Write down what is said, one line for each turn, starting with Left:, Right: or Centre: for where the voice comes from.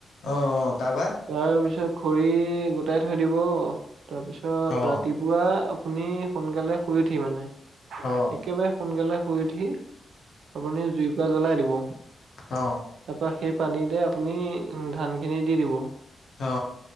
Left: অঁ অঁ তাপা।
Right: তাৰপিছত খৰি গোটাই থৈ দিব তাৰপিছত
Left: অ
Right: ৰাতি- পুৱা আপুনি সোনকালে শুই উঠি মানে।
Left: অঁ।
Right: একেবাৰে সোনকালে শুই উঠি, আপুনি জুই কোৰা জ্বলাই দিব।
Left: অঁ'।
Right: তাৰপা সেই পানীতে আপুনি উ ধান খিনি দি দিব।
Left: অ।